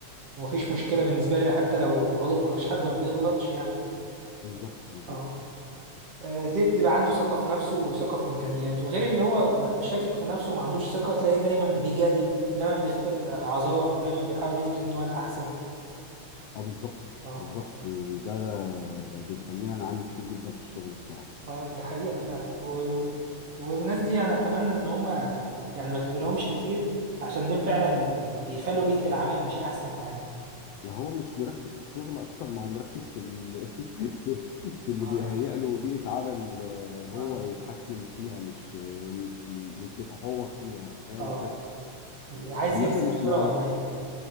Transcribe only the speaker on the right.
ومفيش مشكلة بالنسبة لي حتى لو غلطت مفيش حد ما بيغلطش يعني
اه آه، دي بتبقى عنده ثقة في نفسه وثقة في إمكانياته غير اللي هو م- شاكك في نفسه وما عندوش ثقة تلاقيه دايما بيجادل دايما بيختلق آه، أعذار دايما بيحاول يثبت إن هو الأحسن
اه
اه دي حقيقة فعلا و... والناس دي يعني أتمنى إن هما يعني ما تقابلهمش كتير عشان دول فعلا بيخلوا بيئة العمل مش أحسن حاجة
اه
اه
اه
عايز
يرسم صورة
وهمية